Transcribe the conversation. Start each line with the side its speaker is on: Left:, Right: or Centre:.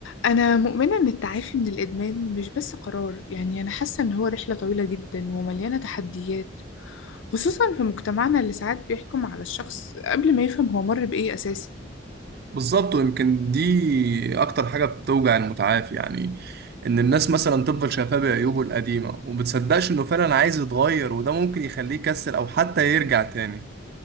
Left: أنا مؤمنة إن التعافي من الإدمان مش بس قرار يعني أنا حاسة إن هو رحلة طويلة جدا ومليانة تحديات خصوصا في مجتمعنا اللي ساعات بيحكم على الشخص قبل ما يفهم هو مر بإيه أساسا
Right: بالظبط ويمكن دي اكتر حاجه بتوجع المتعافي يعني ان الناس مثلا تفضل شايفاه بعيوبه القديمه وبتصدقش انه فعلا عايز يتغير وده ممكن يخليه يكسل او حتى يرجع تاني